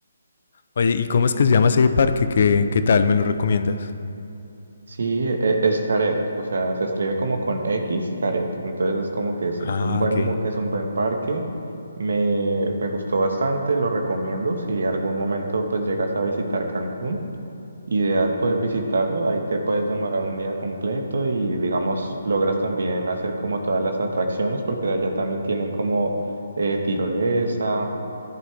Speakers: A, on the left; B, on the right.
A: Oye, ¿y cómo es que se llama ese parque? ¿Qué, qué tal? ¿Me lo recomiendas?
B: Sí, e- es, Caret, o sea, se escribe como con X, Caret. Entonces es como que sí,
A: Ah,
B: es un buen,
A: ok.
B: mu- es un buen parque. Me, me gustó bastante, lo recomiendo. Si algún momento pues llegas a visitar Cancún, ideal poder visitarlo. Ahí te puedes demorar un día completo y digamos logras también hacer como todas las atracciones porque allá también tienen como eh, tirolesa,